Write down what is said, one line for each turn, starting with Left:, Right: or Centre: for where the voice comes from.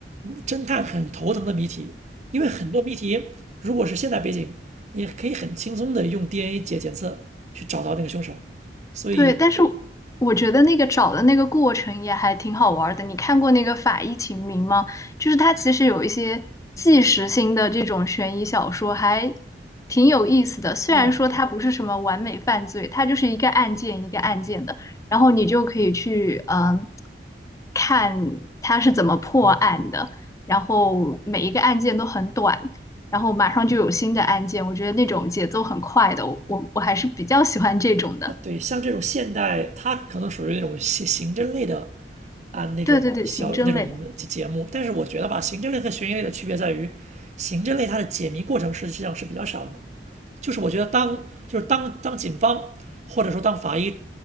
Right: 侦探很头疼的谜题，因为很多谜题如果是现代背景，你可以很轻松的用 DNA 检检测去找到那个凶手，所以，
Left: 对，但是我我觉得那个找的那个过程也还挺好玩儿的。你看过那个《法医秦明》吗？就是它其实有一些纪实性的这种悬疑小说，还挺有意思的。虽然说它不是什么完美犯罪，
Right: 哦，对。
Left: 它就是一个案件一个案件的，然后你就可以去嗯看它是怎么破案的，然后每一个案件都很短。然后马上就有新的案件，我觉得那种节奏很快的，我我我还是比较喜欢这种的。
Right: 啊，对，像这种现代，它可能属于那种刑刑侦类的啊那种小那种节节目，
Left: 对对对，刑侦类，
Right: 但是我觉得吧，刑侦类和悬疑类的区别在于，刑侦类它的解谜过程实际上是比较少的，就是我觉得当就是当当警方或者说当法医